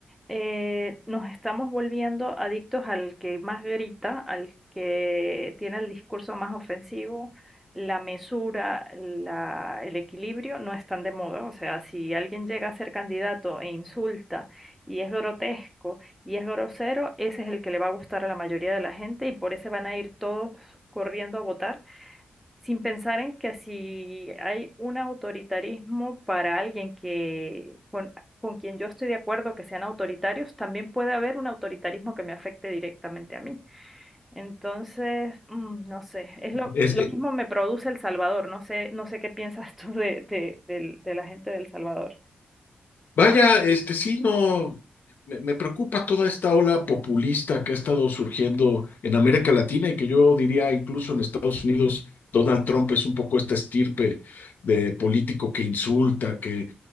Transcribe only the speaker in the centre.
eh, nos estamos volviendo adictos al que más grita, al que tiene el discurso más ofensivo, la mesura, la- el equilibrio no están de moda. O sea, si alguien llega a ser candidato e insulta y es grotesco y es grosero, ese es el que le va a gustar a la mayoría de la gente y por ese van a ir todos corriendo a votar sin pensar en que si hay un autoritarismo para alguien que con, con quien yo estoy de acuerdo que sean autoritarios, también puede haber un autoritarismo que me afecte directamente a mí. Entonces, mm, no sé, es lo,
lo mismo me produce El Salvador, no sé, no sé qué piensas <laughs> tú de, de, del- de la gente de El Salvador.